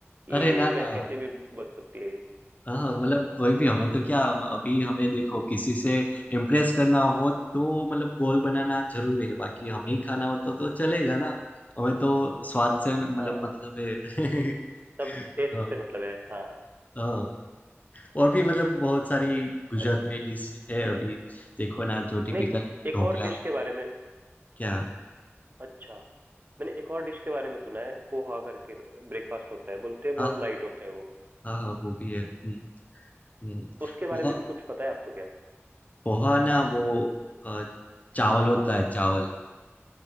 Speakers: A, on the right; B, on the left.
A: ये
B: अरे ना
A: कै-
B: ना
A: कैसे भी बन सकती है ये
B: हाँ हाँ, मतलब कोई भी हमें तो क्या अभी हमें देखो किसी से इम्प्रेस करना हो तो मतलब गोल बनाना जरूरी है बाकी हमें ही खाना हो तो तो चलेगा ना हमें तो स्वाद से मतलब
A: हाँ
B: मतलब है <laughs>
A: तब टेस्ट
B: हाँ
A: से मतलब है हाँ
B: हाँ। और भी मतलब बहुत सारी गुजरात
A: अच्छा
B: में डिश है अभी देखो ना जो टिपिकल
A: नहीं एक
B: ढोकला
A: और डिश
B: है
A: के बारे में
B: क्या
A: अच्छा मैंने एक और डिश के बारे में सुना है पोहा करके ब्रेकफास्ट होता है बोलते हैं
B: हाँ
A: बहुत
B: हाँ
A: लाइट होता है वो
B: हाँ हाँ, वो भी है हम्म, हम्म।
A: उसके बारे
B: पोहा
A: में भी कुछ पता है आपको क्या
B: पोहा ना वो अ, चावल होता है चावल